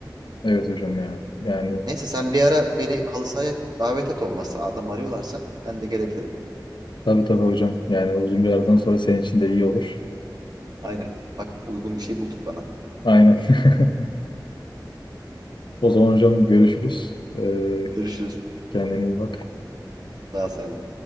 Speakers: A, on the left; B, on the right.
A: Evet hocam ya. Yani
B: Neyse sen bir ara beni halı sahaya davet et olmazsa adam arıyorlarsa ben de gelebilirim.
A: Tabii tabii hocam. Yani uzun bir aradan
B: <laughs>
A: sonra senin için de iyi olur.
B: Aynen. Bak uygun bir şey bulduk bana.
A: Aynen. <laughs> O zaman hocam görüşürüz. Ee,
B: Görüşürüz.
A: kendine iyi bak.
B: Daha sende.